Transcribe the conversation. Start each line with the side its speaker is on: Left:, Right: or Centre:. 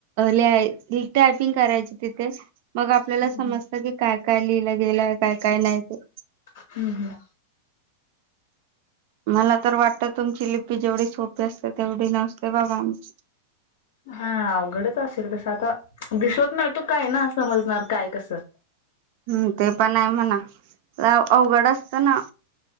Right: लि टायपिंग करायची तिथेच मग आपल्याला
Left: हम्म
Right: समजत की काय काय लिहिलं गेलाय काय काय नाही ते.
Left: हम्म हम्म
Right: मला तर वाटतं तुमची लिपी जेवढी सोपी असते तेवढी नसते बाबा आमची
Left: हा अवघडच असेल तस आता दिसत नाही तो काय ना समजणार काय कसं
Right: हम्म ते पण आहे म्हणा अवघड असत ना